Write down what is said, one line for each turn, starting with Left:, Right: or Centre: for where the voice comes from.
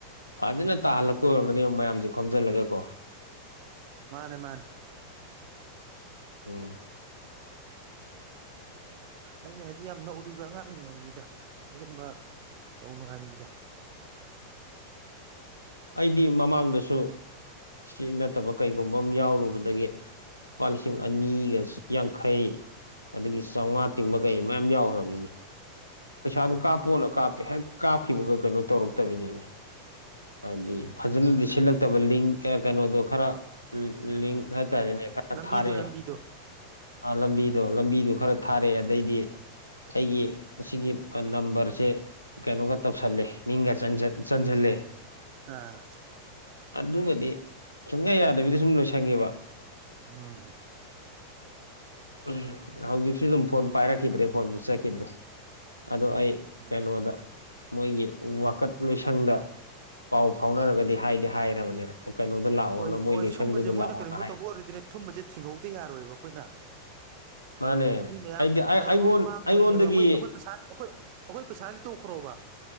Left: ꯐꯖꯅ ꯇꯥꯍꯜꯂꯛꯇ ꯑꯣꯏꯔꯝꯒꯅꯦꯕ ꯃꯌꯥꯝꯖꯦ ꯈꯣꯝꯖꯤꯜꯂꯒ ꯀꯣ
Right: ꯃꯥꯅꯦ ꯃꯥꯅꯦ
Left: ꯎꯝ
Right: ꯑꯩꯅ ꯍꯥꯏꯗꯤ ꯌꯥꯝ ꯅꯧꯔꯤꯕ ꯑꯉꯥꯡꯅꯤ ꯍꯥꯏꯕꯅꯤꯗ ꯑꯗꯨꯝꯕ ꯇꯧꯅꯨ ꯍꯥꯏꯕꯅꯤꯗ
Left: ꯑꯩꯗꯤ ꯃꯃꯥꯡꯗꯁꯨ ꯁꯤ ꯅꯠꯇꯕ ꯀꯩꯒꯨꯝꯕ ꯑꯃ ꯌꯥꯎꯔꯨꯕꯗꯒꯤ ꯂꯨꯄꯥ ꯂꯤꯁꯤꯡ ꯑꯅꯤꯒ ꯌꯥꯡꯈꯩ ꯑꯗꯒꯤ ꯆꯥꯎꯉꯥ
Right: ꯎꯝ
Left: ꯇꯤꯡꯕ ꯀꯩ ꯃꯌꯥꯝ ꯌꯥꯎꯈ꯭ꯔꯕꯅꯤꯅꯦ ꯄꯩꯁꯥꯕꯨ
Right: ꯎꯝ
Left: ꯀꯥꯞꯄꯣꯅ ꯀꯥꯞꯄꯦ ꯍꯦꯛ ꯀꯥꯞꯈꯤꯕꯒ ꯀꯩꯅꯣ ꯇꯧꯔꯛꯇꯕꯤꯅꯦꯃꯤ ꯍꯥꯏꯗꯤ ꯐꯖꯅꯗꯤ ꯁꯤꯜꯂꯛꯇꯕ ꯂꯤꯡ ꯀꯩꯅꯣꯗꯣ ꯈꯔ ꯂꯤꯡ
Right: ꯎꯝ
Left: ꯍꯥꯏꯇꯥꯔꯦꯅꯦ ꯈꯔ
Right: ꯂꯝꯕꯤꯗꯣ
Left: ꯊꯥꯔꯛꯑꯦ
Right: ꯂꯝꯕꯤꯗꯣ
Left: ꯂꯝꯕꯤꯗꯨ ꯂꯝꯕꯤꯗꯨ ꯈꯔ ꯊꯥꯔꯛꯑꯦ ꯑꯗꯩꯗꯤ ꯑꯩꯒꯤ ꯑꯁꯤꯒꯤꯐꯟ ꯅꯝꯕꯔꯁꯦ ꯀꯩꯅꯣꯒ ꯇꯧꯁꯜꯂꯦ ꯃꯤꯡꯒ ꯆꯟꯖꯟ ꯆꯟꯖꯜꯂꯦ
Right: ꯍꯥ
Left: ꯑꯗꯨꯒꯗꯤ ꯁꯨꯡꯌꯥ ꯌꯥꯗꯕꯤꯗ ꯁꯨꯝ ꯂꯣꯏꯁꯟꯒꯤꯕ
Right: ꯑꯃ
Left: ꯎꯝ ꯍꯧꯖꯤꯛꯁꯨ ꯑꯗꯨꯝ ꯐꯣꯟ ꯄꯥꯏꯔꯛꯈꯤꯗ꯭ꯔꯦ ꯐꯣꯟꯁꯨ ꯆꯠꯈꯤꯗ꯭ꯔꯦ ꯑꯗꯣ ꯑꯩ
Right: ꯎꯝ
Left: ꯀꯩꯅꯣꯗ ꯃꯣꯏꯒꯤ ꯋꯥꯀꯠ ꯂꯣꯏꯁꯪꯗ ꯄꯥꯎ ꯐꯥꯎꯅꯔꯒꯗꯤ ꯍꯥꯏꯗꯤ ꯍꯥꯏꯔꯕꯅꯦ ꯀꯩꯅꯣꯗ ꯂꯥꯛꯑꯣꯅ
Right: ꯍꯣꯏ
Left: ꯃꯣꯏ
Right: ꯍꯣꯏ
Left: ꯂꯣꯏꯁꯪꯗꯨꯗ
Right: ꯁꯨꯝꯕꯁꯦ ꯃꯣꯏꯅ
Left: ꯂꯥꯛꯑꯣꯅ
Right: ꯀꯔꯤꯒꯨꯝꯕ
Left: ꯍꯥꯏ
Right: ꯇꯧꯕ ꯑꯣꯏꯔꯗꯤꯅꯦ ꯁꯨꯝꯕꯁꯦ ꯊꯤꯡꯍꯧꯗ ꯌꯥꯔꯣꯏꯕ ꯑꯈꯣꯏꯅ
Left: ꯃꯥꯅꯦ
Right: ꯃꯤ ꯃꯌꯥꯝ
Left: ꯑꯩꯗꯤ ꯑꯩꯉꯣꯟ
Right: ꯃꯌꯥꯝ ꯑꯃ ꯃꯥꯡꯗꯣꯔꯤꯅꯦꯕ
Left: ꯑꯩꯉꯣꯟꯗꯒꯤ
Right: ꯑꯈꯣꯏ ꯑꯈꯣꯏ ꯄꯩꯁꯥ ꯑꯈꯣꯏ ꯑꯈꯣꯏ ꯄꯩꯁꯥꯒꯤ ꯇꯣꯛꯈ꯭ꯔꯣꯕ